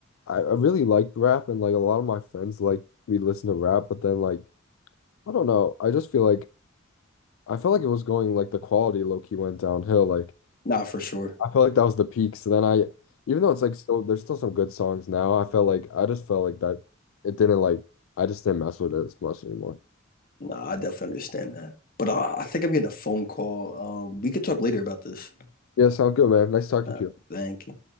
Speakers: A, on the left; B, on the left.
A: I, I really liked rap and like a lot of my friends like we listen to rap, but then like I don't know. I just feel like I felt like it was going like the quality low key went downhill. Like
B: Nah, for sure.
A: I felt like that was the peak. So then I even though it's like still there's still some good songs now, I felt like I just felt like that it didn't like I just didn't mess with it as much anymore.
B: Nah, I definitely understand that. But uh, I think I'm getting a phone call. Um, we could talk later about this.
A: Yeah, sounds good, man. Nice talking
B: Nah,
A: to you.
B: thank you.